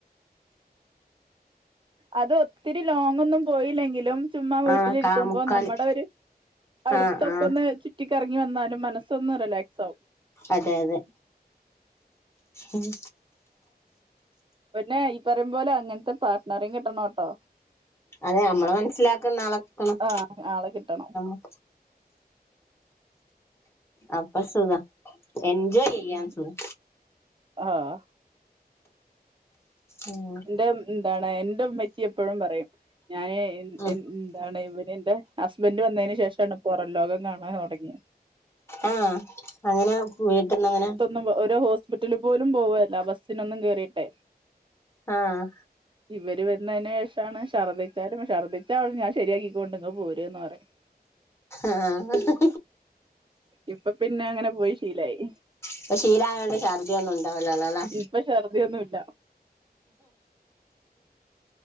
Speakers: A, on the right (about 30°); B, on the left (about 15°).
A: അത് ഒത്തിരി ലോങ്ങൊന്നും പോയില്ലെങ്കിലും ചുമ്മാ വീട്ടിലിരിക്കുമ്പോ
B: ആഹ് കാ മുക്കാല്
A: നമ്മുടെ ഒരു അടുത്തൊക്കെ
B: ആഹ് ആഹ്
A: ഒന്ന് ചു ചു ചുറ്റിക്കറങ്ങി വന്നാലും മനസ്സൊന്ന് റിലാക്സാവും
B: അതെ അതെ ഉം
A: പിന്നെ ഈ പറയും പോലെ അങ്ങനത്തെ പാർട്ട്നറെയും കിട്ടണോട്ടോ
B: അതെ നമ്മളെ മനസ്സിലാക്കുന്ന ആളെ കിട്ടണം
A: ആ ആളെ കിട്ടണം
B: <unintelligible> അപ്പൊ സുഖം എൻജോയ് ചെയ്യാൻ
A: ഉം
B: സുഖം
A: ആഹ്
B: ഉം
A: എന്റെ എന്താണ് എന്റെ ഉമ്മച്ചി എപ്പോഴും പറയും ഞാൻ
B: ഉം
A: എന്താണ് ഇവന് എന്റെ ഹസ്ബൻഡ് വന്നതിന് ശേഷമാണ് പുറം ലോകം കാണാൻ തുടങ്ങിയത്
B: ആ അങ്ങനെ വീട്ടിന്ന് അങ്ങനെ
A: ന്നും ഓരോ ഹോസ്പിറ്റല് പോലും പോവല്ല ബസ്സിനൊന്നും കേറിയിട്ടെ
B: ആഹ്
A: ഇവര് വന്നതിന് ശേഷമാണ് ശർദ്ദിച്ചാലും ശർദ്ദിച്ചാ ഞാൻ ശരിയാക്കി കൊണ്ട് പോരും എന്ന് പറയും
B: ആഹ്
A: ഇപ്പൊ പിന്നെ അങ്ങനെ പോയി ശീലായി
B: അപ്പ ശീലായോണ്ട് ഛർദ്ദി ഒന്നും ഉണ്ടാവില്ലല്ലോല്ലോ
A: ഇപ്പൊ ശർദിയൊന്നും ഇല്ല